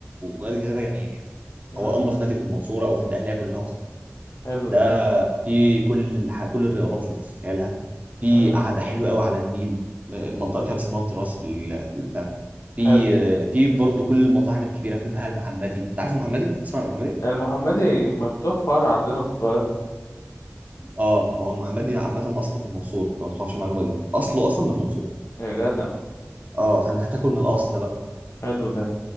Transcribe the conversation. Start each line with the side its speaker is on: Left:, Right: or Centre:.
Right: نادي الجزيره ده جميل يعني
Left: امم
Right: هو انضف نادي في المنصوره او في الدقهليه كلها اصلا
Left: حلو
Right: ده
Left: ده
Right: في كل الح... كل الرياضات اللي تتخيلها في
Left: امم
Right: قعده حلوه قوي على النيل م- منطقه كده بيسموها التراس في ال- في البتاع في
Left: حلو
Right: آه، في برضه كل المطاعم الكبيره في البهاء المحمدي انت عارف المحمدي تسمع عن المحمدي
Left: المحمدي مفتوح فرع عندنا في القاهره
Right: اه ما هو المحمدي عامه اصله في المنصور لو ما تعرفش المعلومه دي اصله اصلا من المنصور
Left: يا جدع
Right: اه فانت هتاكل من الاصل بقى
Left: حلو ده